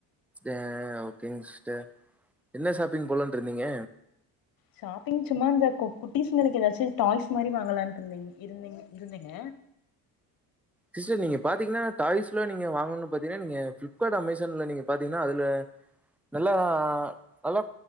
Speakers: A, in the centre; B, on the left.
A: ஏ ஓகேங்க சிஸ்டர் என்ன ஷாப்பிங் போலனு இருந்தீங்க
B: ஷாப்பிங் சும்மா இந்த கு குட்டி குட்டிஸங்களுக்கு ஏதாச்சும் டாய்ஸ் மாதிரி வாங்கலான்ட்டு இருந்தேங்க இருந்தேங்க இருந்தேங்க
A: சிஸ்டர் நீங்க பாத்தீங்கன்னா டாய்ஸ் எல்லா நீங்க வாங்கும்னு பாத்தீங்கன்னா நீங்க ஃபிளிப்கார்ட் அமேசான்ல நீங்க பாத்தீங்கன்னா அதுல நல்லா நல்லா